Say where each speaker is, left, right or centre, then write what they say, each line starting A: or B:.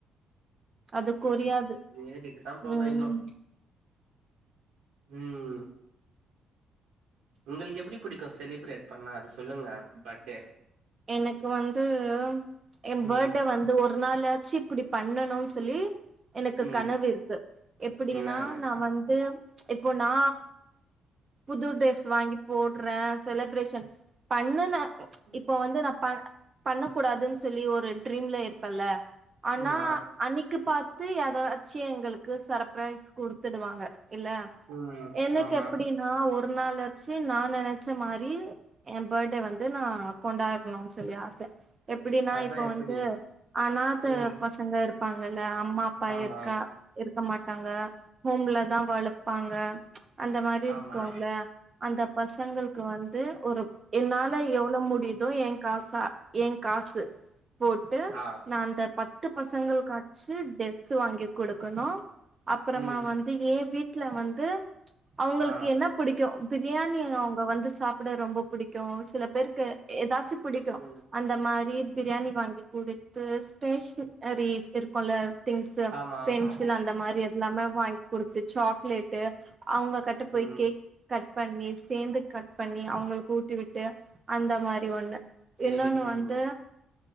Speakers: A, on the right (about 35°); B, on the right (about 80°).
A: அது கொரியாது
B: ஏரிட்டு தா போக
A: ம்
B: இன்னோ ம் உங்களுக்கு எப்டி புடிக்கோ செலிப்ரேட் பண்ணா அது சொல்லுங்க பர்ட்டே
A: எனக்கு வந்து ஏ பேர்டே
B: ம்
A: வந் து ஒர் நாளாச்சி இப்டி பண்ணணோ சொல்லி எனக்கு
B: ம்
A: கனவு இருக்கு எப்படின்னா
B: என்னன்னு
A: நா வந்து இப்போ நா புது ட்ரெஸ் வாங்கி போட்றே செலப்ரேஷன் பண்ணுன
B: ம்
A: இப்ப வந்து நா ப பண்ணக் கூடாதுன்னு சொல்லி ஒரு ட்ரீம்ல இருப்பேன்ல்ல ஆனா
B: ம்மா
A: அன்னிக்கு பாத்து ஏதாச்சி எங்களுக்கு சர்பரைஸ் குடுத்துடுவாங்க இல்ல
B: ம்
A: எனக்கு
B: ஆமா
A: எப்டின் நா ஒரு நாளாச்சு நா நெனச்ச மாரி ஏ பேர்டே வந்து நா கொண்டாட் னோ சொல்லி ஆச எப்டின்னா
B: அதா
A: இப்ப
B: எப்டி
A: வந்து அநாத
B: ம்
A: பசங் அங்க இருப்பாங்கல்ல அம்மா அப்பா
B: ஆமா
A: இருக்கா இருக்க மாட்டாங்க ஹோம்ல தா வளப்பாங்க அந்த மாரி இருக்கூல்ல
B: ஆமா
A: அந்த பசங்களுக்கு வந்து ஒரு என்னால எவ்ளோ முடித் தே ஏங்காசா ஏ காசு போட்டு
B: ஆ
A: நா அந்த பத் து பசங்களுகாச்சு டெஸ் வாங்கி குடுக்கணோ அப்புறமா
B: ம்
A: வந் தி ஏ வீட்ல வந்து அவுங்களுக்கு
B: ஆ
A: என்ன புடிக்கு பிரியாணி அவுங்க வந்து சாப்பட ரொம்ப புடிக்கு சில பேருக்கு எதாச்சு புடிக்கு
B: ம்
A: அந்த மாரி பிரியாணி வாங்கி குடுத்து ஸ்டேஷ்ன னரி இருக்குல திங்ஸூ
B: ஆமா
A: பென்சில்
B: ஆமா
A: அந்தமாரி இ எல்லாமே வாய்ங் குடுத்து சாக்லேட்டு அவுங்க கட்ட போய்
B: ம்
A: கேக் கட் பண்ணி சேந்து கட் பண்ணி அவுங்களுக்கு ஊட்டி விட்டு அந்தமாரி ஒன்னு
B: செரி
A: இன்னொன்னு
B: செரிங்க
A: வந்து